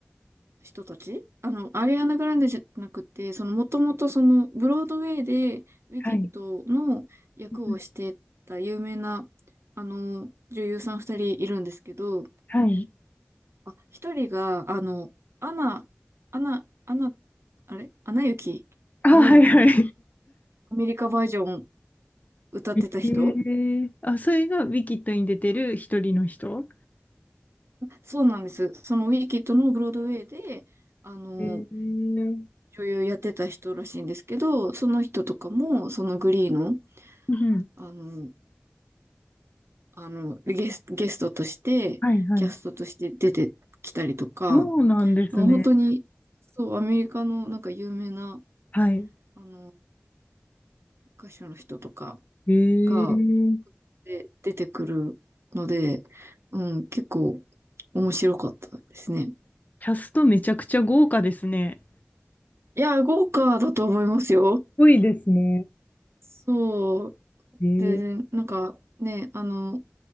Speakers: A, on the right (about 75°); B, on the left (about 35°).
A: 人たちあの、アリアナ・グランデじゃなくて、その、もともとその、ブロードウェイでウィキッドの役をしてた有名な、
B: はい <laughs>
A: あの、女優さん二人いるんですけど、
B: はい。
A: あ、一人が、あの、アナ、アナ、アナ、あれアナ雪の
B: あ、はいはい。
A: アメリカバージョン歌ってた人
B: <laughs> ええあ、それがウィキッドに出てる一人の人
A: そうなんです。そのウィキッドのブロードウェイで、あの、
B: ええうん
A: 女優やってた人らしいんですけど、その人とかも、そのグリーの、
B: うん。
A: あの、あの、ゲス、ゲストとして、
B: はいはい。
A: キャストとして出てきたりとか、
B: そうなんですね。
A: まあ本当に、そう、アメリカのなんか有名な、
B: はい。
A: あの、歌手の人とか
B: ええキ
A: が、で、出てくるので、うん、結構面白かったですね。
B: ャストめちゃくちゃ豪華ですね。
A: いや、豪華だと思いますよ。
B: すごいですね。
A: そう。
B: ええ
A: で、なんかね、あの、